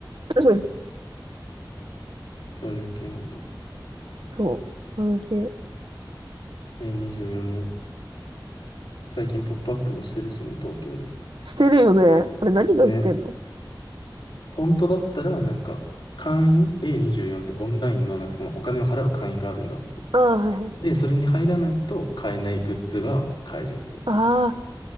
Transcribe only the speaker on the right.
<clears throat>
そう。そういう系。
してるよね。あれ何が売ってんの
ああー、はいはい
ああ、